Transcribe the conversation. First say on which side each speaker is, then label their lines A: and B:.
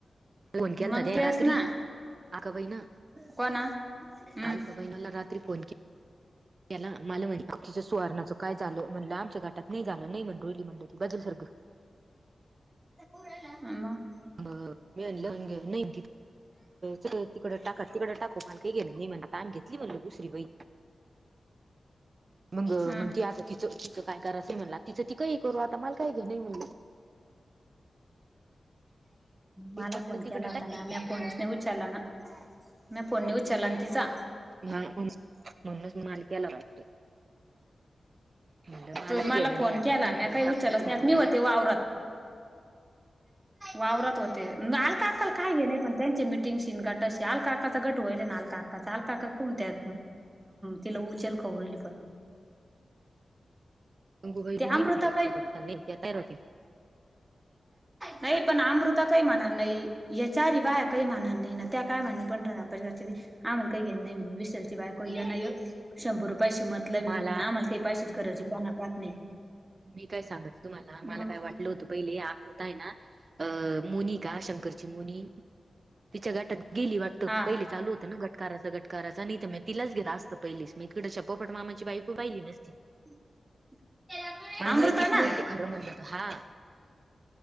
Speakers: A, on the right; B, on the right.
A: फोन केलता
B: मग तेच
A: रात्री
B: ना
A: आका बाई ना.
B: कोणा हम्म
A: अलका बहिणाला रात्री फोन केला. त्याला मला म्हणजे तूच्या सुरवारणाचं काय झालं? म्हणलं आमच्या गट नाही झालं नाही म्हण रोली म्हणत होती बदल सारखं.
B: <inaudible>
A: <inaudible> <unintelligible> म्हटलं चल तिकडं टाका तिकडं टाकू मला काही गेलं मी म्हण <unintelligible> घेतली म्हटल दुसरी बाई. मग
B: हम्म
A: म्हणती आता तिच तिच काय करायचं मला? तिचं ती कहीही करू आता मला काही घेणं देण नाही म्हणलं.
B: मला
A: तिला पटलं
B: फोन
A: तिकडं
B: केला होता
A: टाक
B: ना मी फोनच नाही उचारला ना. मी फोन नाही उचलला तिचा.
A: म्हणलं म्हणूनच माल केला वाटतं म्हणलं मला
B: <inaudible>
A: घेणं नाही
B: फोन
A: आता
B: केला
A: कुणीकडं
B: आणि काही
A: टाकून
B: उचलाच
A: कुणीकडं
B: नाही
A: र
B: होते वावरात. वावरात होते अलका अक्काला काय आहे नाही पण त्यांचे मिटिंगशी गटाशी अलका अक्काचा गट व्हाईलाय ना अलका अक्काचं कोणत्या तिला उचेल खौरली पण. <inaudible>
A: व्हय भी
B: ते
A: नाय
B: अमृता
A: म्हंटली
B: काही
A: त्याला <inaudible>
B: नाही पण अमृता काही म्हणार नाही या चारी बाया काही म्हणार नाही ना त्या काय म्हणे <inaudible> आम्हाला काही घेण नाही म्हणे विशलची बायको य न यो शंभर रुपय पैसेशी मतलबी
A: मला
B: म्हणे आम्हाला काही पैसेच गरजे कोणालाच नाही.
A: मी काय सांगय तुम्हाला मला
B: मग
A: काय वाटलं होतं पहिले अमृता आहे ना अ मोनीका शंकर ची मुनी तिच्या गटात गेली वाटतं
B: हा
A: पहिली चालू होत ना गटकाराच गटकाराच आणि तर तिलाच गेला असतं पहिलीच इकडच्या पोपट मामाची बाई खूप आहिली नसती.
B: <unintelligible>
A: मला
B: अमृता
A: माहितीच
B: ना
A: नाही क खरं म्हलंत हा.